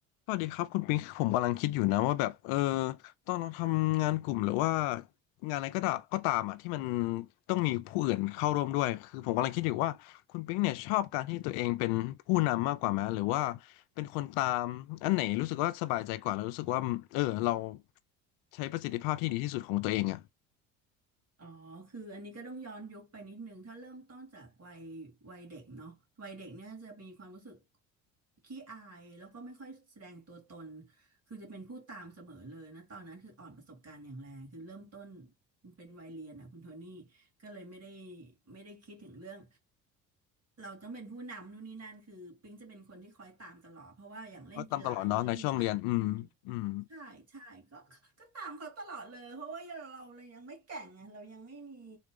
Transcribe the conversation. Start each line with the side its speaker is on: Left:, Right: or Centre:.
Left: สวัสดีครับคุณปิงผมกำลังคิดอยู่นะว่าแบบเออตอนเราทำงานกลุ่มหรือว่างานอะไรก็ตามก็ตามอ่ะที่มันต้องมีผู้อื่นเข้าร่วมด้วยคือผมกำลังคิดอยู่ว่าคุณปิงเนี่ยชอบการที่ตัวเองเป็นผู้นำมากกว่าไหมหรือว่าเป็นคนตามอันไหนรู้สึกว่าสบายใจกว่าแล้วรู้สึกว่าเออเราใช้ประสิทธิภาะที่ดีที่สุดของตัวเองอ่ะ
Right: อ๋อคืออันนี้ก็ต้องย้อนยุคไปนิดนึงถ้าเริ่มต้นจากวัยวัยเด็กเนาะวัยเด็กเนี่ยจะมีความรู้สึกขี้อายแล้วก็ไม่ค่อยแสดงตัวตน คือจะเป็นผู้ตามเสมอเลยนะ ตอนนั้นคืออ่อนประสบการณ์อย่างแรงคือเริ่มต้นเป็นวัยเรียนอ่ะคุณโทนี่ก็เลยไม่ได้ไม่ได้คิดถึงเรื่องเราต้องเป็นผู้นำนู่นนี่นั่นคือปิ๊งจะเป็นคนที่คอยตามตลอดเพราะว่าอย่างเล่นกีฬาอย่างเงี้ยเล่นในกีฬาเป็นทีม
Left: เพราะตามตลอดเนาะในช่วงเรียนอืมอืม
Right: ใช่ใช่ก็ก็ตามเขาตลอดเลยเพราะว่าเราเราเรายังไม่แก่งไงเรายังไม่มี